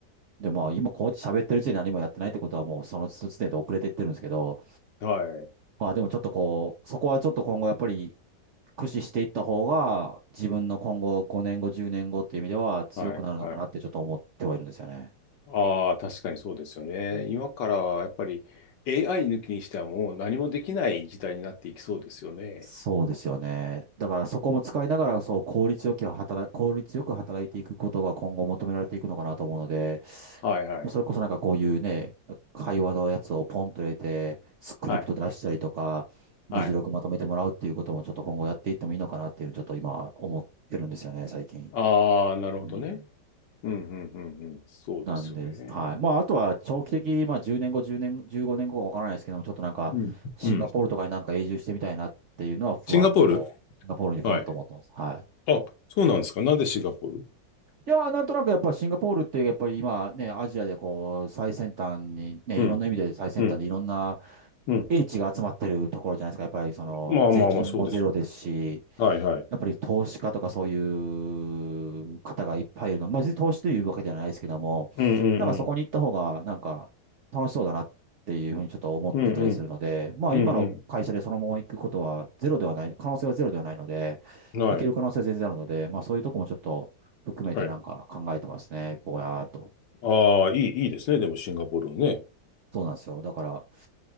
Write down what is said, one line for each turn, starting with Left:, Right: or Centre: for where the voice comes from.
Right: で、まあ今こうやって喋ってる時点で何もやってないってことはもうその時点で遅れていってるんですけど、
Left: はい。
Right: まあでもちょっとこう、そこはちょっと今後やっぱり駆使していった方が、自分の今後5年後、10年後っていう意味では強くなるのかなってちょっと思ってはいるんですよね。
Left: はい。はい。ああ、確かにそうですよね。
Right: うん
Left: 今からはやっぱり AI 抜きにしてはもう何もできない時代になっていきそうですよね。
Right: そうですよね。だからそこも使いながら、そう、効率よく働い、効率よく働いていくことが今後求められていくのかなと思うので、
Left: はいはい。
Right: もうそれこそなんかこういうね、会話のやつをポンと入れて、スクリプト出したりとか、
Left: はい。
Right: 議事録まとめてもらうっていうこともちょっと今後やっていってもいいのかなっていうのをちょっと今思ってるんですよね、
Left: はい。
Right: 最近。
Left: ああ、なるほどね。
Right: うん
Left: うん、うん、うん、うん。そうですよね。
Right: なんです。はい。まあ、あとは長期的、まあ、10年後、10年、15年後かわからないですけども、ちょっとなんか、
Left: うん。
Right: シンガポールとかになんか永住してみたいなっていうのは、
Left: うん。
Right: ふわっとこう、
Left: シンガポール
Right: シンガポールにふわっと思ってます。
Left: はい。
Right: はい。
Left: あ、そうなんですか。なんでシンガポール
Right: いやー、なんとなくやっぱシンガポールってやっぱり今ね、アジアでこう最先端にね、
Left: うん、
Right: いろんな意味で最先端でいろんな
Left: うん、うん。
Right: 英知が集まってるところじゃないですか。やっぱりその税金もゼロですし、
Left: まあまあまあ、そうです。はいはい。
Right: やっぱり投資家とかそういう方がいっぱいいるの。まあ、別に投資というわけではないですけども、
Left: うん、うん、
Right: なんかそこに行った方がなんか楽しそうだなっていうふうにちょっと思ってたりするので、
Left: うん。うん、うん。
Right: まあ今の会社でそのまま行くことはゼロではない、
Left: うん
Right: 可能性はゼロではないので、
Left: うん。はい。
Right: 行ける可能性は全然あるので、まあそういうとこもちょっと含めてなんか考えてますね。
Left: はい。
Right: ぼやーっと。
Left: ああ、いい、いいですね。でも、シンガポールはね。
Right: そうなんですよ。だから、